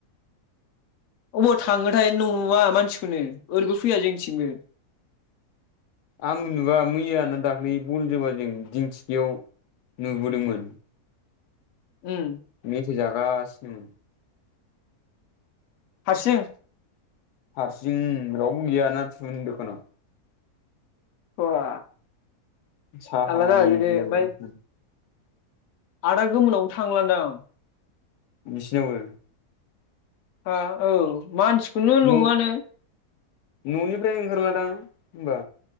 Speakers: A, on the left; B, on the left.
A: अबाव थांङोथाय नुवा मानसिखौनो ओरबो फैया जोंथिंबो
B: आंबो नुबा मैया होनना दाख्लै बल जोबा जों दिंथिखियाव नुबोदोंमोन
A: उम
B: मिथाय जागासिनो उम
A: हारसिं
B: हारसिं रावबो गैया नाथुरमोननि दुखानाव
A: बा
B: साहा
A: आलदा जाबायलै
B: लोंलाय
A: बे ओमफ्य
B: बावदोंसो
A: आदा गोमोनावबो थांलांदां
B: बिसिनावबो
A: हा औ मानसिखौनो
B: न'
A: नुवानो
B: न'निफ्राय ओंखारलादां होनबा